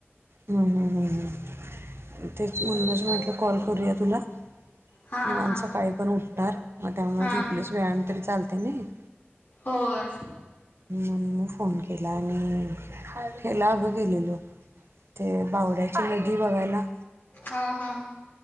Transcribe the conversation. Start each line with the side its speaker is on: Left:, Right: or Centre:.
Right: हम्म हम्म हम्म हम्म तेच म्हणूनच म्हटलं कॉल करूया तुला.
Left: हा
Right: निवांत
Left: हा
Right: सकाळी पण उठणार मग त्यामुळ
Left: हा
Right: झोपलीस वेळानं तरी चालतंय नई. <inaudible>
Left: होय
Right: म्हणून म फोन केला, आणि हेला अगं गेलेलो. ते बावड्याची नदी बघायला
Left: हां हां